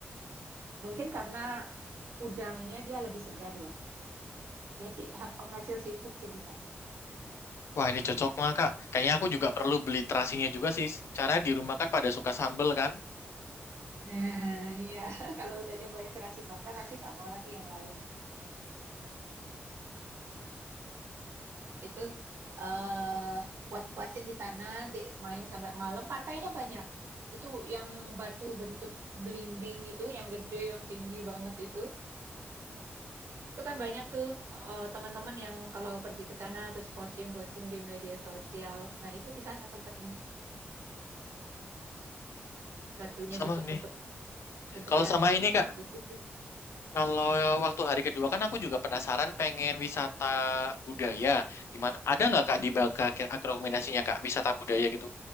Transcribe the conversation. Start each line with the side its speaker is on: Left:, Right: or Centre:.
Right: Mungkin karena udangnya dia lebih segar ya. Dia sih penghasil seafood sih di sana.
Left: Wah, ini cocok banget, Kak. Kayaknya aku juga perlu beli terasinya juga sih. Cara di rumah kan pada suka sambel kan.
Right: Nah, iya. <laughs> Kalau udah nyobain terasi Bangka nanti nggak mau lagi yang lain. itu eh puas-puasin di sana nanti main sampai malam pantainya banyak itu yang batu bentuk belimbing itu yang gede yang tinggi banget itu itu kan banyak tuh eh, teman-teman yang kalau pergi ke sana terus posting-posting di media sosial nah itu di sana tempatnya batunya
Left: Sama
Right: bentuk-bentuk
Left: ini.
Right: bentuk
Left: Kalau
Right: yang
Left: sama
Right: bagus-bagus
Left: ini, Kak.
Right: itu
Left: Kalau waktu hari kedua kan aku juga penasaran pengen wisata budaya. Gimana? Ada nggak, Kak, di Bangka kira rekomendasinya, Kak, wisata budaya gitu?